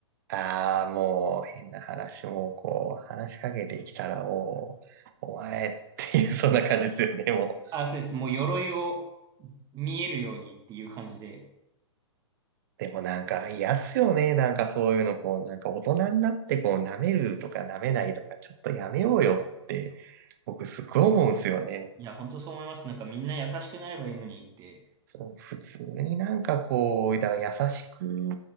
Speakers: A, on the right (about 40°); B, on the right (about 25°).
A: ああ、もう変な話もこう、話しかけてきたらもう、お前っていう、<laughs> そんな感じですよね、もう。
B: あ、そうです。もう鎧を見えるようにっていう感じで。
A: でもなんか、嫌っすよね、なんかそういうの、こう、なんか大人になってこう、舐めるとか舐めないとか、ちょっとやめようよって、僕すっごい思うんですよね。
B: いや、本当そう思います。なんかみんな優しくなればいいのにって。
A: そう、普通になんかこう、だから優しく、